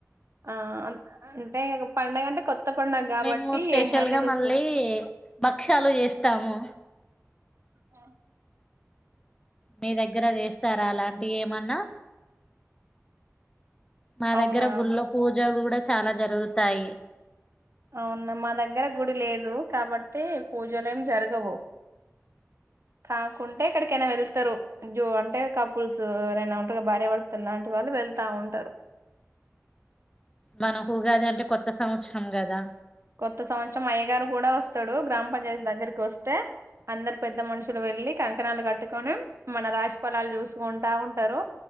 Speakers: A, on the right; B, on the left.
A: ఆ అంటే పండగ అంటే కొత్త పండగ కాబట్టి
B: మేము స్పెషల్గా
A: అన్ని రుచులు
B: మళ్ళీ భక్షలు చేస్తాము
A: ఆ
B: మీ దగ్గర చేస్తారా అలాంటివి ఏమన్నా మా
A: అవునా
B: దగ్గర గుళ్ళో పూజలు కూడా చాలా జరుగుతాయి
A: అవునా మా దగ్గర గుడి లేదు కాబట్టి పూజలు ఏం జరగవు కాకుంటే ఎక్కడికైనా వెళ్తారు జో అంటే కపుల్స్ ఎవరైనా ఉంటారు భార్య భర్తలాంటి వాళ్ళు వెళ్తా ఉంటారు
B: మనకు ఉగాది అంటే కొత్త సంవత్సరం కదా
A: కొత్త సంవత్సరం అయ్యగారు కూడా వస్తాడు గ్రామ పం దగ్గరికి వస్తే అందరు పెద్ద మనుషులు వెళ్ళి క కంకణాలు కట్టుకొని మన రాశి ఫలాలు చూసుకుంటా ఉంటారు